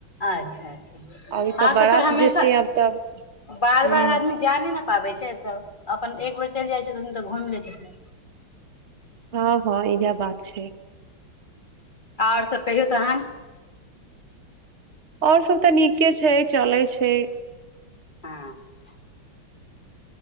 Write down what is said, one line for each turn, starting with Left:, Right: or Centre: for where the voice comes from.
Left: अच्छा अच्छा
Right: आब ई
Left: हँ
Right: बारात
Left: तऽ फेर हमेशा
Right: जेतै आब तब
Left: बार
Right: हँ
Left: बार आदमी जैइ नइ न पाबै छै तऽ अपन एक बेर चइल जाइ छथिन तऽ घुइम लै छथिन
Right: हँ हँ इ बात छै
Left: ओर सभ कहियौ तहन
Right: आओर सभ तऽ नीके छै चलै छै
Left: आंछा